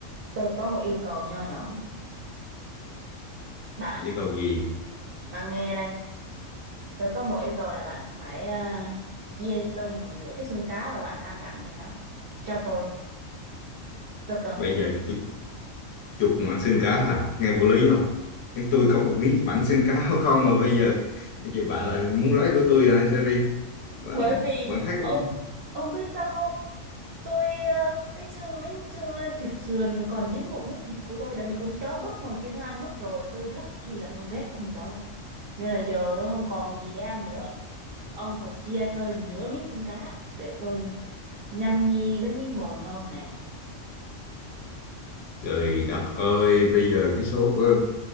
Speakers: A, on the right; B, on the left.
A: tôi có một yêu cầu nho nhỏ bạn
B: Chỉ cầu gì?
A: bạn nghe đây tôi có một yêu cầu là bạn phải ờ, chia tôi nửa cái xương cá mà bạn đang gặm trên đó cho tôi tôi cần
B: Bây
A: cung
B: giờ
A: cấp
B: tôi chuột mà ăn xương cá hả nghe vô lý không nhưng tôi có một miếng bánh xương cá <laughs> không mà bây giờ bây giờ bạn là muốn lấy của tôi hả Jerry bạn,
A: bởi vì
B: bạn thấy cũng
A: ông ông biết sao không tôi ờ, cái xương miếng xương ờ, thịt sườn còn dính một miếng thịt của tôi đã bị con chó bất ngờ kia nó ăn mất rồi tôi rất chi là con ghét con chó đó nên là giờ tôi không còn gì để ăn nữa ông phải chia tôi nửa miếng xương cá để tôi nhâm nhi với miếng mồi ngon này
B: trời đất ơi bây giờ cái số của